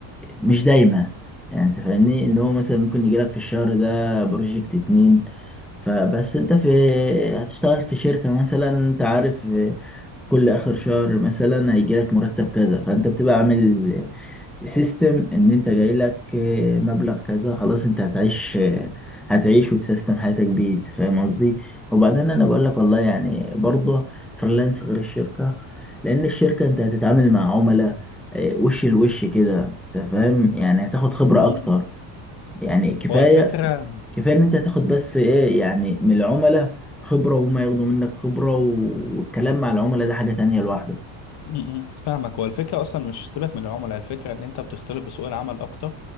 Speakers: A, in the centre; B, on the left (about 50°).
A: مش دايما يعني انت فاهمني ان هو مثلا ممكن يجيلك في الشهر ده بروجكت اتنين فبس انت في هتشتغل في شركه مثلا انت عارف كل اخر شهر مثلا هيجيلك مرتب كذا فانت بتبقى عامل سيستم ان انت جاي لك آه، مبلغ كذا خلاص انت هتعيش آه، هتعيش وتسيستم حياتك بيه انت فاهم قصدي وبعدين انا بقول لك والله يعني برضه فريلانس غير الشركه لان الشركه انت هتتعامل مع عملاء آه، وش لوش كده انت فاهم يعني هتاخد خبره
B: م-
A: اكتر يعني كفايه
B: هو الفكره
A: كفايه ان انت هتاخد بس ايه يعني من العملاء خبره وهما ياخدوا منك خبره والكلام مع العملاء ده حاجه تانية لوحده
B: م- م. فاهمك هو الفكره اصلا مش سيبك من العملاء الفكره ان انت بتختلط بسوق العمل اكتر